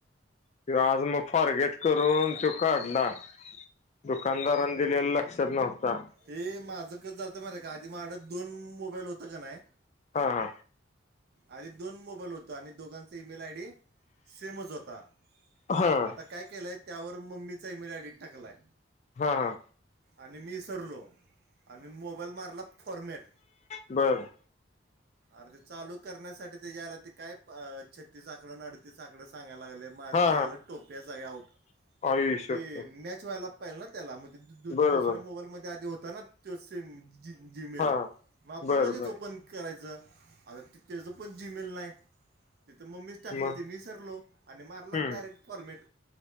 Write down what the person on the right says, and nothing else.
ते माझं कसं झालतं माहितेय काय आधी माझ्याकडं दोन मोबाईल होतं का नाही
आधी दोन मोबाईल होता. आणि दोघांच ईमेल आयडी सेमच होता,
मग आता काय केलंय, त्यावर मम्मीच ईमेल आयडी टाकलाय.
आणि मी इसरलो. आणि मोबाईल मारला फॉरमॅट.
अरं ते चालू करण्यासाठी तेच्या आयला ते काय, प छत्तीस आकडा आणि अडतीस आकडा सांगाय लागलेत. माझं
झालं टोप्या सगळ्या आऊट.
ते मॅच व्हायला पहिला त्याला, मग ते दु दु दु
दुसऱ्या मोबाईलमध्ये आधी होता ना, त्यो सेम जी जीमेल,
मग आपल्याला
हेच
ओपन करायचं. आता ते त्याचं पण जीमेल नाय. तिथं मम्मीच टाकलं
ते मी इसरलो. आणि मारला
डायरेक्ट फॉरमॅट.